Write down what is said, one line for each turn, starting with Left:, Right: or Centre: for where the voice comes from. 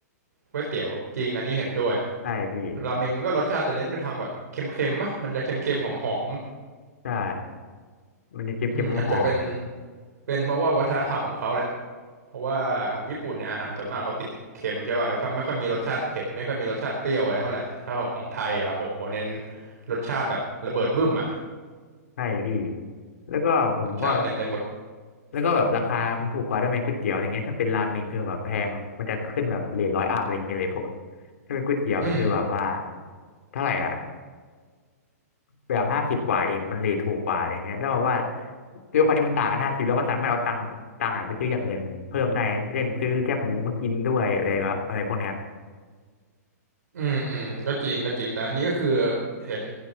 Right: ก๋วยเตี๋ยวจริงอันนี้เห็นด้วย
Left: ใช่พี่
Right: ราเมงมันก็รสชาติจะเน้นไปทางแบบเค็มๆมะมันจะเค็มๆหอม
Left: ใช่มันจะเค็มๆหอม
Right: ๆอืมอาจจะเป็นเป็นเพราะว่าวัฒนธรรมของเขาแหละเพราะว่าของญี่ปุ่นเนี่ยอาหารส่วนมากเขาติดเค็มใช่ป่ะแล้วก็ไม่ค่อยมีรสชาติเผ็ดไม่ค่อยมีรสชาติเปรี้ยวอะไรเท่าไหร่แต่ถ้าของไทยอ่ะโหเน้นรสชาติแบบระเบิดบึ้มอ่ะ
Left: ๆใช่พี่แล้วก็ผมก็
Right: รสชาติเต็มไปหมด
Left: แล้วก็แบบราคามันถูกกว่าด้วยไหมก๋วยเตี๋ยวอะไรเงี้ยถ้าเป็นราเมงคือแบบแพงมันจะขึ้นแบบเรทร้อยอัพอะไรเงี้ยเลยพวกถ้าเป็นก๋วยเตี๋ยวมันคือแบบว่า
Right: อืม
Left: เท่าไหร่อ่ะแบบห้าสิบกว่าเองมันเรทถูกกว่าอะไรเงี้ยแล้วแบบว่าด้วยความที่มันต่างกันห้าสิบเราก็สามารถเอาตังค์ตังค์อะไปซื้ออย่างอื่นเพิ่มได้เช่นซื้อแคบหมูมากินด้วยอะไรแบบอะไรพวกเนี้ย
Right: อืมอืมก็จริงก็จริงแต่อันนี้ก็คือเห็น